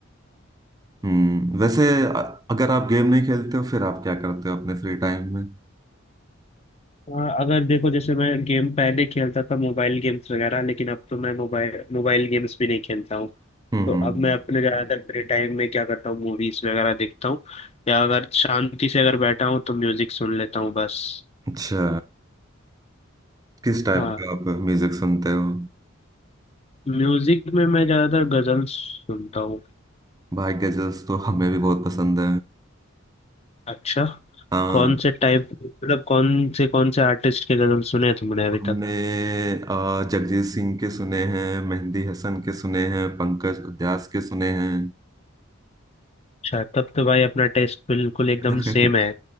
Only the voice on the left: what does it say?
हाँ, अगर देखो जैसे मैं गेम पहले खेलता था मोबाइल गेम्स वगैरह लेकिन अब तो मैं मोबाइल मोबाइल गेम्स भी नहीं खेलता हूँ
तो
अब मैं अपने ज़्यादातर फ्री टाइम में क्या करता हूँ मूवीज वगैरह देखता हूँ या अगर शांति से अगर बैठा हूँ तो म्यूजिक सुन लेता हूँ बस
हाँ
म्यूजिक में मैं ज्यादातर गजल सुनता हूँ
अच्छा
कौन से टाइप मतलब कौन से कौन से आर्टिस्ट के गजल सुने तुमने अभी
तक
अच्छा तब तो भाई अपना टेस्ट बिल्कुल एकदम
सेम है